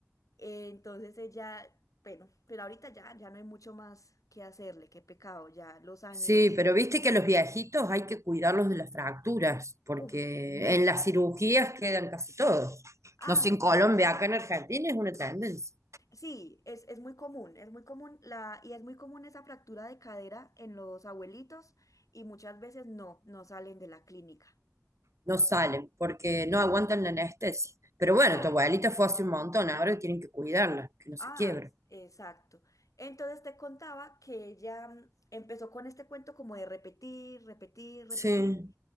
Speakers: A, on the left (about 85°); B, on the right (about 65°).
A: Eh, Entonces ella, bueno, pero ahorita ya, ya no hay mucho más que hacerle, qué pecado, ya los años,
B: Sí, pero viste que a los viejitos hay que cuidarlos de las fracturas, porque
A: uff, mucho.
B: en las cirugías quedan casi todos.
A: Ah,
B: No sé, en
A: sí,
B: Colombia, acá en Argentina es una tendencia.
A: sí, es, es muy común, es muy común la, y es muy común esa fractura de cadera en los abuelitos y muchas veces no, no salen de la clínica.
B: No salen porque no
A: Sí,
B: aguantan la anestesia. Pero bueno,
A: claro.
B: tu abuelita fue hace un montón, ahora tienen que cuidarla, que no
A: Ah,
B: se quiebre.
A: exacto. Entonces te contaba que ella mm, empezó con este cuento como de repetir, repetir, repetir.
B: Sí.